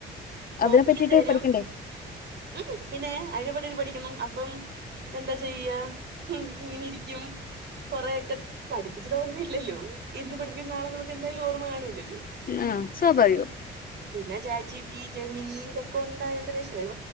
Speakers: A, on the right; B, on the left.
A: ടോപ്പിക്കും
B: അതിനെ പറ്റിട്ട്
A: തരും
B: പഠിക്കണ്ടേ
A: ഉം പിന്നെ അയിന് പറ്റിട്ട് പഠിക്കണം അപ്പം എന്താ ചെ യ്യാ ഉം ഇങ്ങനെ ഇരിക്കും കൊറെക്കെ പഠിപ്പിച്ചതോർമ്യില്ലല്ലോ ഇന്ന് പഠിപ്പിക്കും ന്നാള നോ എന്തായാലും ഓർമ്മ കാണുല്ലല്ലോ.
B: ആ സ്വാഭാവികം
A: പിന്നെ ചാറ്റ് ജിബി ജെമിനി ഇതൊക്കെ ഉണ്ടായോൻണ്ട രക്ഷ